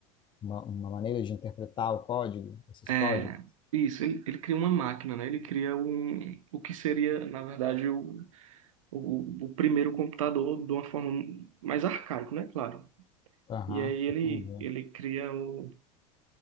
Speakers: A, on the left; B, on the right.
A: Uma, uma maneira de interpretar o código, esses
B: É,
A: códigos?
B: isso, ele, ele cria uma máquina, né? Ele cria um, o que seria, na verdade, o o, o primeiro computador de uma forma mais arcaico, né? Claro.
A: Aham,
B: E aí ele,
A: entendi.
B: ele cria o,